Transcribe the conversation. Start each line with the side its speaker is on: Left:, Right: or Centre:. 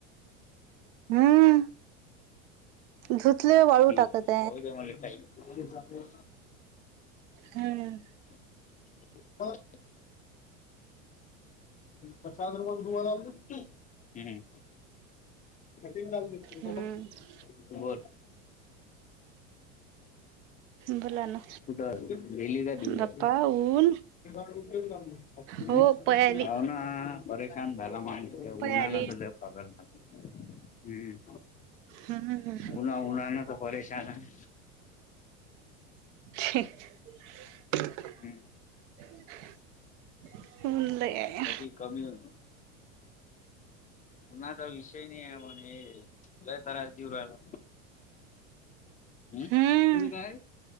Right: हम्म धुतले वाळू
Left: ठी
Right: टाकत
Left: आहे <unintelligible> <unintelligible>
Right: हम्म.
Left: <unintelligible> प्रसाद रग घुवा लात <unintelligible> हम्म <unintelligible>
Right: हम्म
Left: बोल
Right: बोला ना
Left: <unintelligible> <unintelligible> गेली का देविका?
Right: बाप्पा ऊन
Left: ह्
Right: हो पयाली
Left: जाऊ ना परेशान झाला माणस
Right: पयाली
Left: उन्हान तर लय गल हम्
Right: हम्म
Left: उना उन्हान तर परेशान आहे.
Right: <inaudible>
Left: हम्म.
Right: लय
Left: आज
Right: आहे.
Left: कधी कमी हो कोणाचा विषय नाही पण हे लई त्रास देऊ राहिला. म
Right: हम्म
Left: तुझ काय